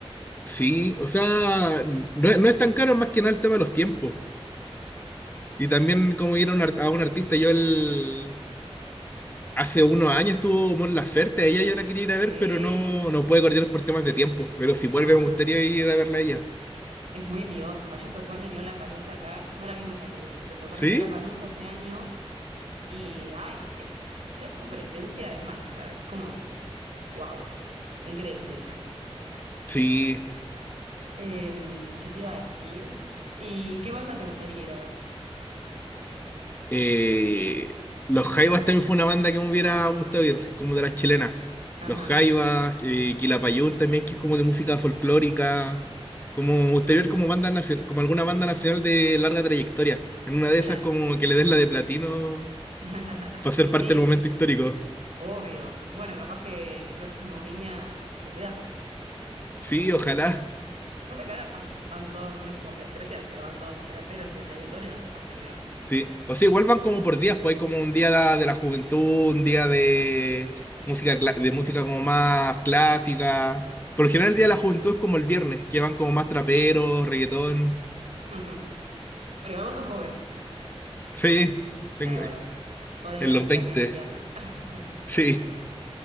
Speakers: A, on the left; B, on the right.
A: sí, o sea, no, es no es tan caro más que nada el tema de los tiempos. Y también como ir a un, ar- a un artista, yo el... Hace unos años estuvo Mon Laferte, a ella yo la quería ir
B: Sí.
A: a ver, pero no, no puede coordinar por temas de tiempo. Pero si vuelve
B: Ah,
A: me gustaría ir a verla a ella.
B: es muy diosa. Ella tocó en el Lollapalooza acá. No la vi nunca en vivo, pero tocó
A: ¿Sí?
B: en el Lollapalooza este año. Y, ay, es, ya su presencia es mágica. Es como, wow. Increíble ella.
A: Sí,
B: Em, ¿qué te iba a decir? ¿Y qué banda te gustaría ir a ver?
A: Eh, los
B: Si
A: Jaivas
B: tocasen.
A: también fue una banda que me hubiera
B: Ah,
A: gustado ir, como de las chilenas.
B: ajá,
A: Los Jaivas, eh, Quilapayún también, que es como de música folclórica. Como me gustaría ir como banda nacio- como alguna banda nacional de larga trayectoria. En una de
B: claro.
A: esas como que le des la de platino
B: <laughs>
A: para ser
B: Sí,
A: parte del momento histórico.
B: obvio. Bueno, capaz que el próximo Viña se te da.
A: Sí, ojalá.
B: No sé, caras van, van todos, no es por despreciar, pero van todos traperos y reggaetoneros por lo general.
A: Sí, o sea, igual van como por días, pues hay como un día da- de la juventud, un día de música, cla- de música como más clásica. Por lo general el día de la juventud es como el viernes, que van como más traperos, reggaetón.
B: <laughs> Bueno, igual vos sos joven.
A: Sí, tengo
B: Ah, vale, bueno.
A: en
B: Podrías
A: los
B: ir
A: 20.
B: también el viernes. <laughs>
A: Sí,